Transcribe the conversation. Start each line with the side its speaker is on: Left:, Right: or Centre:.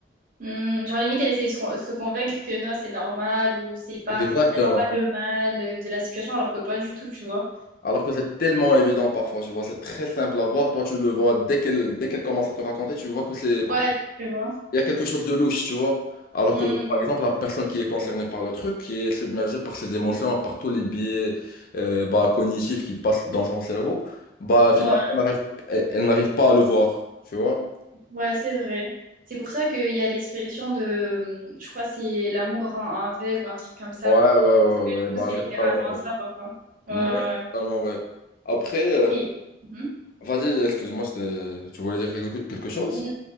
Right: hmm, genre, limite, elle essaie de se, con- se convaincre que non, c'est normal, ou c'est pas,
Left: Exactement.
Right: elle voit pas le mal euh, de la situation, alors que pas du tout, tu vois,
Left: Alors que c'est tellement évident parfois, je vois, c'est très simple à voir. Toi, tu le vois dès qu'elle dès qu'elle commence à te raconter, tu vois que c'est
Right: ouais, tu vois,
Left: il y a quelque chose de louche, tu vois. Alors
Right: Hmm,
Left: que, par exemple, la personne qui est concernée par le truc, qui est submergée par ses émotions, par tous les biais euh, bah, cognitifs qui passent dans son cerveau, bah
Right: ouais.
Left: finalement, elle n'arrive elle- elle n'arrive pas à le voir, tu vois.
Right: Ouais, c'est vrai. C'est pour ça qu'il y a l'expression de, hum, je crois, que c'est l'amour rend aveugle, ou un truc comme ça.
Left: Ouais, ouais, ouais,
Right: Parce que
Left: ouais,
Right: du coup,
Left: bah
Right: c'est littéralement
Left: c'est totalement vrai.
Right: ça, parfois. Euh,
Left: Ouais, c'est totalement vrai. Après, euh,
Right: et, Mhm.
Left: vas-y, excuse-moi, c'était- tu voulais dire quelque quelque chose?
Right: N-